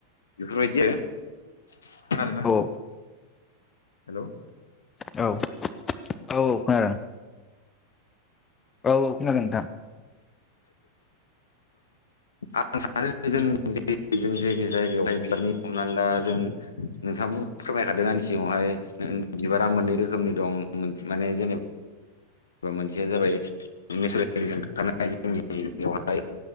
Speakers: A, on the left; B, on the left.
A: खोनादों ना,
B: औ
A: हेल'।
B: औ औ औ खोनादों। औ औ खोनादों नोंथां।
A: आं सानो जों जों जाय जायगायावहाय बिबारनि हमनानै ला जों नोंथाङाबो फोरमायखादों आंनि सिगावहाय बिबारा मोननै रोखोमनि दं। माने जेनेबा मोनसेया जाबाय नेचारेल मोनखानाय जोंनि बेवहाय